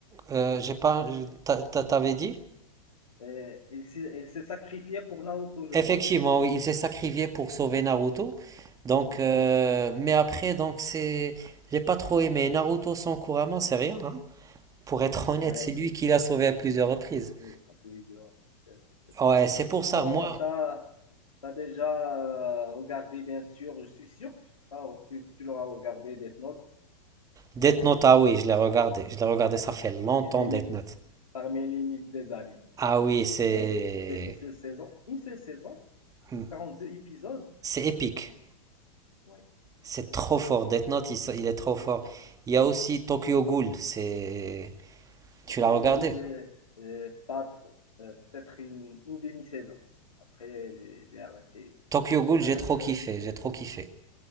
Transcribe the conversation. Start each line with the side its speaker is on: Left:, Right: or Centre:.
Right: Euh,
Left: Ça,
Right: j'ai pas... t'a- t'a- T'avais dit?
Left: euh, il s'est il s'est sacrifié pour Naoto, je
Right: Effectivement,
Left: pense.
Right: oui, il s'est sacrifié pour sauver Naruto. Donc,
Left: Ouais,
Right: euh, mais après, donc c'est, j'ai pas trop aimé Naruto sans Kurama, c'est rien. hein. Pour être honnête,
Left: ouais,
Right: c'est lui qui l'a sauvé à plusieurs reprises.
Left: oui, à plusieurs. C'est- c'est ça.
Right: Ouais, c'est pour
Left: Sinon,
Right: ça. Moi,
Left: tu as, déjà euh, regardé, bien sûr, je suis sûr que tu seras, tu, que tu l'auras regardé, Death Note,
Right: Death Note, ah oui, je l'ai regardé. Je l'ai regardé, ça
Left: Ah,
Right: fait
Left: c'est
Right: longtemps
Left: parmi les
Right: Death
Left: mythes,
Right: Note.
Left: parmi les mythes des animes.
Right: Ah oui, c'est,
Left: Vraiment, j'ai kiffé une seule saison, une seule saison,
Right: hmm,
Left: 42 épisodes.
Right: c'est épique.
Left: Ouais.
Right: C'est trop fort. Death Note, il, il est trop fort. Il y a aussi Tokyo Ghoul. C'est, tu
Left: Tokyo
Right: l'as regardé?
Left: Ghoul, j'ai j'ai pas trop. Euh, peut-être une, une demi-saison. Après, j'ai j'ai arrêté.
Right: Tokyo Ghoul, j'ai
Left: Euh,
Right: trop kiffé. J'ai trop kiffé.